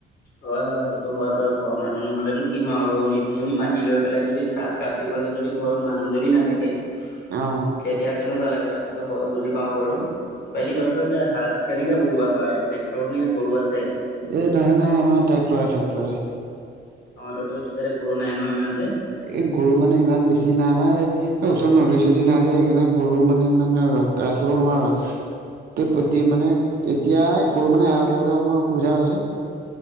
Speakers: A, on the left; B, on the right.
A: হয় - হয় সেইটো হয় বাৰু ঘৰৰ মানুহ নোহলেনো কিনো ৰণী দুজনী মাতি লৈ পেলাই যদি চাহকাপ দিব। যদি ঘৰত মানুহজনী নাথাকে তেতিয়া
B: অ
A: কেনেকুৱা লাগে। সেইটো হয় বুজি পাও বাৰু। বাকী তহতৰ এতিয়া হাল কেনেকে বৰুোৱা হয় টেক্টৰ নে গৰু আছে।
B: এ নাই - নাই আমাৰ ট্ৰেক্টৰে - ট্ৰেক্টৰে।
A: অ, তো এইটো চাইে গৰু নাই ন ইমান কে।
B: এই গৰু মানে ইমান বেছি নাই মানে ওচৰত নদী চদী নাই যোয় সেইকাৰণে গৰু মানে ইমান ৰাখিব নোৱাৰ। মানে এতিয়াই গৰু মানে এৰাল দিবলৈ অকমান অসুবিধা হৈছে।